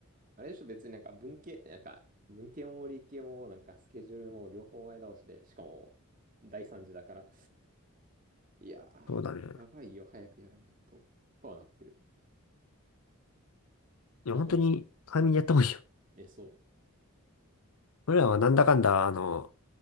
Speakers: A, on the right (about 35°); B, on the left (about 80°).
A: あれでしょ、別になんか文系、なんか、文系も理系もなんかスケジュールも両方前倒しで、しかも第三次だから、いやー、
B: そうだね。
A: やばいよ、早くやらないと、とはなってる。
B: いや、
A: あと、
B: 本当に、早めにやった方がいいよ。
A: うん、え、そう。
B: 俺らはなんだかんだ、あの、